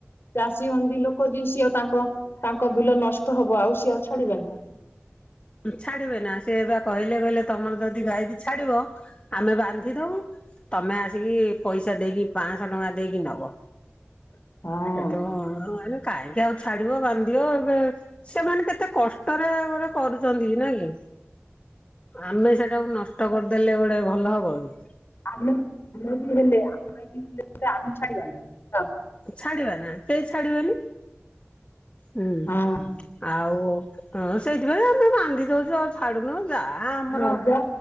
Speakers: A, on the left; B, on the left.
A: ଚାଷୀ ବନ୍ଦି ଲୋକ ଯିଏ ସିଏ ତାଙ୍କ ତାଙ୍କ ବିଲ ନଷ୍ଟ ହବ ଆଉ ସିଏ ଆଉ ଛାଡିବେନି।
B: ଛାଡିବେ ନା ସେ ବା କହିଲେ କହିଲେ ତମର ଯଦି ଗାଇ କି ଛାଡିବ ଆମେ ବାନ୍ଧି ଦବୁ ତମେ ଆସିକି ପଇସା ଦେଇକି ପାଶହ ଟଙ୍କା ଦେଇକି ନବ।
A: ହଁ
B: <unintelligible> କାହିଁକି ଆଉ ଛାଡିବ ବାନ୍ଧିଦିଅ ଏବେ ସେମାନେ କେତେ କଷ୍ଟରେ ଗୋଟେ କରୁ ଚନ୍ତି ନା କି ଆମେ ସେଟାକୁ ନଷ୍ଟ କରିଦେଲେ ଗୋଟେ ଭଲ ହବ କି।
A: ଆମେ ଆମେ ବି ହେଲେ ଆମେ ବି ହେଲେ ଆମେ ଛାଡିବା ନା।
B: ଛାଡିବା ନା କେହି ଛାଡିବାନି ହୁଁ
A: ହଁ।
B: ଆଉ ହଁ ସେଇଥିପାଇଁ ଆମ ବାନ୍ଧି ଦଉଛୁ ଆଉ ଛାଡୁନୁ ଯା ଆଁ ଆମର
A: ହଁ ଗ୍ୟା